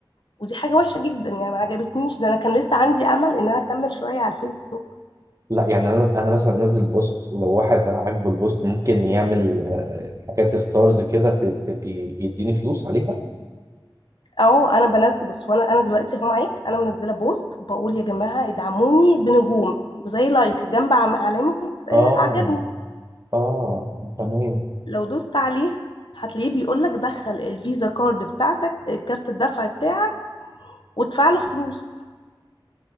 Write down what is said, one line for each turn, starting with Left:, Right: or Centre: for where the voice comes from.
Left: ودي حاجة وحشة جدا يعني ما عجبتنيش ده انا كان لسه عندي امل ان انا اكمل شوية على الفيسبوك
Right: لا يعني انا انا مثلا انزل بوست ولو واحد عاجبه البوست ممكن يعمل آه، حاجات ستارز كده ت- تبقى يديني فلوس عليها
Left: اهو انا بنزل بص وانا انا دلوقتي اهو معاك انا منزلة بوست بقول يا جماعة ادعموني بنجوم زي لايك جنب عم- علامة آه،
Right: اه
Left: عجبني
Right: اه تمام
Left: لو دوست عليها هتلاقيه بيقول لك دخل الفيزا كارد بتاعتك آه، كارت الدفع بتاعك وادفع له فلوس